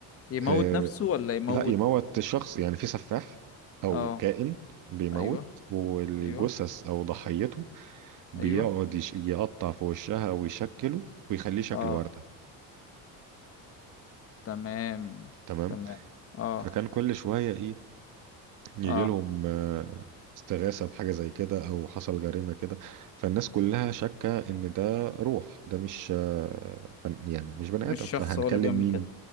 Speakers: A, on the left (about 35°); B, on the right (about 55°).
A: يموت
B: آه،
A: نفسه ولا يموت
B: لا يموت الشخص يعني في سفاح او
A: اه
B: كائن بيموت
A: ايوه
B: والجثث
A: ايوه
B: او ضحيته بيقعد
A: ايوه
B: يش- يقطع في وشها ويشكله ويخليه شكل
A: اه
B: وردة
A: تمام
B: تمام
A: تمام اه
B: فكان كل شوية إيه، يجي
A: اه
B: لهم آه، استغاثة بحاجة زي كده أو حصل جريمة كده فالناس كلها شاكة إن ده روح ده مش آه، بن- يعني مش بني
A: مش
B: آدم
A: شخص
B: فهنكلم
A: هو اللي بيعمل
B: مين
A: كده